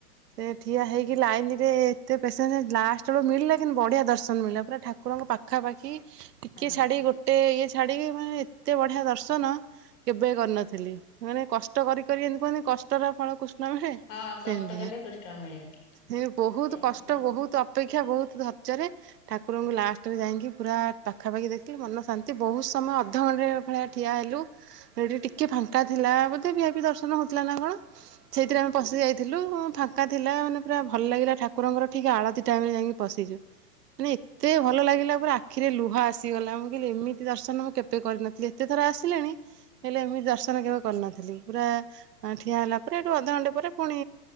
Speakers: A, on the right; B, on the left.
A: ସେ ଠିଆ ହେଇକି ଲାଇନ ରେ ଏତେ ପେସେଣ୍ଟ ଲାଷ୍ଟ ବେଳୁ ମିଳିଲା ବଢିଆ ଦର୍ଶନ ମିଳା ପୁରା ଠାକୁରଙ୍କ ପାଖାପାଖି ଟିକେ
B: ହଁ
A: ଛଡି ଗୋଟେ ଇଏ ଛାଡିକି ମାନେ ଏତେ ବଢିଆ ଦର୍ଶନ କେବେ କରିନଥିଲି ମାନେ କଷ୍ଟ କରିିକ ଏମିତି କୁହନ୍ତିେ କଷ୍ଟର ଫଳକୁ ନ
B: ହଁ କଷ୍ଟ
A: ସେମିତି
B: କଲେ କୃଷ୍ଣ ମିଳେ
A: ସେ ବହୁତ
B: ସେମିତି
A: କଷ୍ଟ
B: ହୁଁ
A: ବହୁତ ଅପେକ୍ଷା ଶ ବହୁତ ପଚରେ ଠାକୁରଙ୍କୁ ଲାଷ୍ଟରେ ଯାଇକି ପୁରା ପାଖାପାଖି ଦେଖିଲି ମନ ଶାନ୍ତି ବହୁତ ସମୟ ଅଧଘଣ୍ଟେ ଳିଆ ଠିଆ ହେଲୁ ସେଠି ଟିକେ ଫାଙ୍କା ଥିଲା ବୋଧେ ବିି ବି ଦର୍ଶନ ହଉଥିଲା ନା କଣ ସେଇଥିରେ ଆମେ ପଶି ଯାଇ ଥିଲୁ ଫାଙ୍କା ଥିଲା ମାନେ ପୁରା ଭଲ ଲାଗିଲା ଠାକୁରଙ୍କର ିକଏ ଆଳତି ଟାଇମରେ ଯାଇକି ପଶିଛୁ
B: ହ
A: ମାନେ ଏତେ ଭଲ ଲାଗିଲା ପୁରା ଆଖିରେ ଲୁହା ଆସିଗଲା ମୁଁ କହିଲି ଏମିତି ଦର୍ଶନ ମୁଁ କେବେ କରିନଥିଲି ଏତେ ଥର ଆସି ଆସିଲେଣି ହେଲେ ଏମିତି ଦର୍ଶନ କେବେ କରିନଥିଲି ପୁରା ଠିଆ ହେଲା ପରେ ଏଠୁ ଅଧଘଣ୍ଟେ ପରେ ପୁଣି